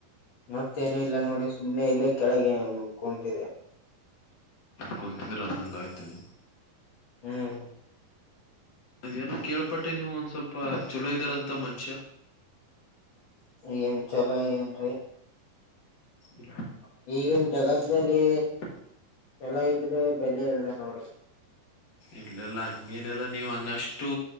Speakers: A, on the left; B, on the left.
A: ಮತ್ತೇನು ಇಲ್ಲ ನೋಡಿ ಸುಮ್ನೆ ಇಲ್ಲೇ ಕೆಳಗೆ ಕುಂತಿದಿವ್.
B: ಕುಂತಿದ್ರಂದಂಗಾಯ್ತು ನೀವು.
A: ಹ್ಮ್
B: ಅದೇನ ಕೇಳ್ಪಟ್ಟೆ ನೀವು ಒಂದ್ ಸ್ವಲ್ಪ ಚೊಲೋ ಇದಾರಂತ ಮನುಷ್ಯ.
A: ಏನ್ ಚೊಲೋ ಏನ್ರಿ.
B: ಇಲ್ಲ <unintelligible>
A: ಈಗಿನ ಜಗತ್ನಲ್ಲಿ ಚಲೋ ಇದ್ರೆ ಬೆಲೆ ಇಲ್ಲ ನೋಡಿ.
B: ಇಲ್ಲಲ್ಲ ಹಂಗೇನಿಲ್ಲ ನೀವ್ ಹಂಗಷ್ಟು.